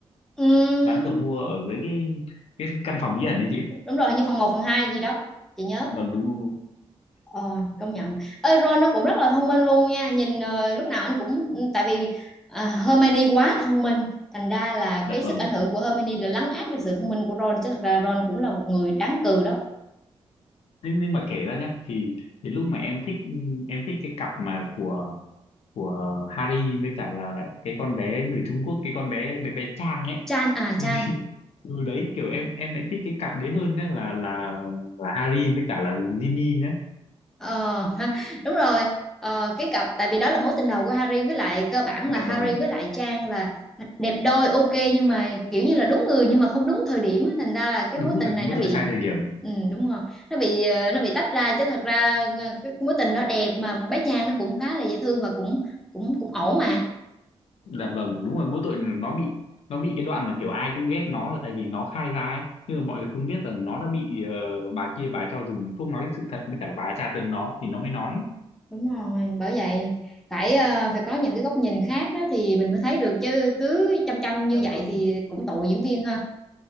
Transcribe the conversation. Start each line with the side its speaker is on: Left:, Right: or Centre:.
Centre: Ừm,
Left: ván cờ vua ở dưới cái cái căn phòng bí ẩn đấy chị
Centre: đúng rồi hình như phần một phần 2 gì đó chị nhớ
Left: dạ vâng đúng đúng đúng
Centre: Ờ, công nhận. Ê, Ron nó cũng rất là thông minh luôn nha. Nhìn ờ, lúc nào anh cũng ừ, tại vì à, Hermione quá thông minh, thành ra là
Left: dạ
Centre: cái
Left: vâng
Centre: sức ảnh hưởng của Hermione là lấn át được sự thông minh của Ron chứ thật ra Ron cũng là một người đáng cừ đó.
Left: nhưng nhưng mà kể ra nhá thì thì lúc mà em thích em thích cái cặp mà của của Harry với cả là cái con bé người Trung Quốc cái con bé bé bé Trang ấy
Centre: Chan à
Left: thì
Centre: Chan
Left: <laughs> từ đấy kiểu em em lại thích cái cặp đấy hơn nhá là là là Harry với cả là Ginny nhá
Centre: Ờ, <laughs> ha, đúng rồi Ờ, cái cặp tại vì đó là mối tình đầu của Harry với lại cơ bản là
Left: dạ
Centre: Harry
Left: vâng
Centre: với lại Trang là đẹp đôi ok nhưng mà kiểu như là đúng người nhưng mà không đúng thời điểm á. thành ra là cái
Left: đúng
Centre: mối tình
Left: rồi
Centre: này
Left: mỗi
Centre: nó bị
Left: tội sai thời điểm
Centre: ừ, đúng rồi nó bị ờ, nó bị tách ra chứ thật ra ờ, cái mối tình đó đẹp mà bé Trang nó cũng khá là dễ thương và cũng cũng cũng ổn mà
Left: dạ vâng đúng rồi mỗi tội nó bị nó bị cái đoạn mà kiểu ai cũng ghét nó là tại vì nó khai ra ấy nhưng mà mọi người không biết rằng nó đã bị ờ, bà kia bà ấy cho dùng thuốc nói sự thật với cả là bà ấy tra tấn nó thì nó mới nói
Centre: đúng rồi bởi vậy phải ờ, phải có những cái góc nhìn khác á thì mình mới thấy được chứ cứ chăm chăm
Left: dạ
Centre: như
Left: vâng
Centre: vậy thì cũng tội diễn viên ha